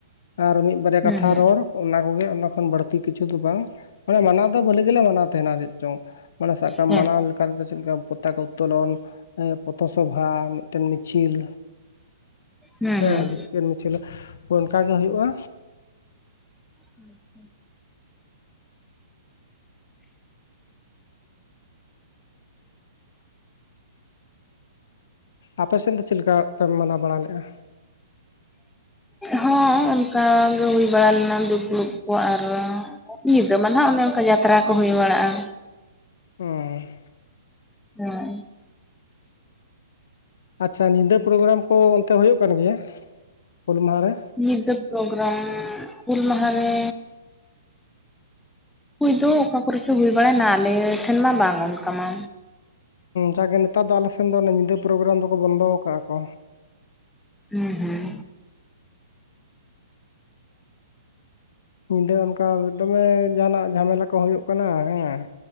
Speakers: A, on the left; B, in the centre.
A: ᱟᱨ ᱢᱤᱫ ᱵᱟᱨᱮᱭᱟ
B: ᱦᱩᱸ
A: ᱠᱟᱛᱷᱟ
B: ᱦᱩᱸ
A: ᱨᱚᱲ ᱚᱱᱟ ᱠᱚᱜᱮ ᱚᱱᱟ ᱠᱷᱚᱱ ᱵᱟᱹᱲᱛᱤ ᱠᱤ ᱠᱤᱪᱷᱩ ᱫᱚ ᱵᱟᱝ ᱢᱟᱱᱮ ᱢᱟᱱᱟᱣ ᱫᱚ ᱵᱷᱟᱹᱞᱤ ᱜᱮᱞᱮ ᱢᱟᱱᱟᱣ ᱛᱟᱦᱮᱱᱟ ᱪᱮᱫ ᱪᱚᱝ ᱢᱟᱱᱮ ᱥᱟᱵ ᱠᱟᱜ ᱠᱟᱢ
B: ᱦᱮᱸ
A: ᱢᱟᱱᱟᱣ ᱞᱮᱠᱟ, ᱚᱠᱟ ᱨᱮᱫᱚ ᱪᱮᱫ ᱞᱮᱠᱟ ᱯᱚᱛᱟᱠᱟ ᱩᱛᱛᱳᱞᱚᱱ ᱯᱚᱛᱚ ᱥᱚᱵᱷᱟ ᱢᱤᱫᱴᱮᱱ ᱢᱤᱫ ᱢᱤᱪᱷᱤᱞ
B: ᱦᱩᱸ
A: ᱦᱮᱸ
B: ᱦᱩᱸ
A: ᱡᱤᱛᱠᱟᱹᱨ ᱢᱤᱪᱷᱤᱞ ᱚᱱᱠᱟᱜ ᱜᱮ ᱦᱩᱭᱩᱜᱼᱟ
B: ᱟᱪᱮ <unintelligible>
A: ᱟᱯᱮᱥᱮᱫ ᱫᱚ ᱪᱮᱫ ᱞᱮᱠᱟ ᱯᱮ ᱢᱟᱱᱟᱣ ᱵᱟᱲᱟ ᱞᱮᱫᱼᱟ
B: ᱦᱚᱸ ᱚᱱᱠᱟᱜᱮ ᱦᱩᱭ ᱵᱟᱲᱟ ᱞᱮᱱᱟ ᱫᱩᱯᱲᱩᱵ ᱠᱚ ᱟᱨᱚ ᱧᱤᱫᱟᱹ ᱢᱟ ᱱᱟᱦᱟᱜ ᱚᱱᱮ ᱚᱱᱠᱟ ᱡᱟᱛᱨᱟ ᱠᱚ ᱦᱩᱭ ᱵᱟᱲᱟᱜᱼᱟ
A: ᱦᱩᱸ
B: ᱦᱮᱸ
A: ᱟᱪᱪᱷᱟ ᱧᱤᱫᱟᱹ ᱯᱨᱳᱜᱨᱟᱢ ᱠᱚ ᱚᱱᱛᱮ ᱦᱩᱭᱩᱜ ᱠᱟᱱ ᱜᱮᱭᱟ ᱦᱩᱞ ᱢᱟᱦᱟ ᱨᱮ
B: ᱧᱤᱫᱟᱹ ᱯᱨᱳᱜᱨᱟᱢ ᱦᱩᱞ ᱢᱟᱦᱟᱨᱮ ᱦᱩᱭ ᱫᱚ ᱚᱠᱟ ᱠᱚᱨᱮᱪᱚ ᱦᱩᱭ ᱵᱟᱲᱟᱭ ᱱᱟ ᱟᱞᱮ ᱴᱷᱮᱱ ᱢᱟ ᱵᱟᱝ ᱚᱱᱠᱟ ᱢᱟ,
A: ᱡᱟᱜᱮ ᱱᱮᱛᱟᱨ ᱫᱚ ᱟᱞᱮᱥᱱ ᱫᱚ ᱚᱱᱮ ᱧᱤᱫᱟᱹ ᱯᱨᱳᱜᱨᱟᱢ ᱫᱚᱠᱚ ᱵᱚᱱᱫᱚ ᱟᱠᱟᱜᱼᱟ ᱠᱚ
B: ᱦᱩᱸ ᱦᱩᱸ
A: ᱧᱤᱫᱟᱹ ᱚᱱᱠᱟ ᱫᱚᱢᱮ ᱡᱟᱦᱱᱟᱜ ᱡᱷᱟᱢᱮᱞᱟ ᱠᱚ ᱦᱩᱭᱩᱜ ᱠᱟᱱᱟ ᱦᱮᱸ